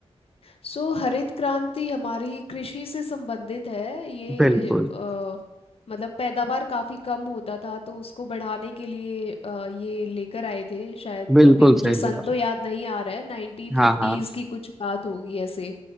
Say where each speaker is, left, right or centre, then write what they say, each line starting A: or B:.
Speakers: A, on the left; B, in the centre.
A: सो हरित क्रांति हमारी कृषि से संबंधित है ये
B: बिल्कुल
A: अ, मतलब पैदावार काफ़ी कम होता था तो उसको बढ़ाने के लिए अ, ये लेकर आए थे शायद
B: बिल्कुल
A: अभी मुझे
B: सही
A: सन
B: जवाब
A: तो याद नहीं आ रहा है नाइनटीन
B: हाँ
A: फिफ्टीज़
B: हाँ
A: की कुछ बात होगी ऐसे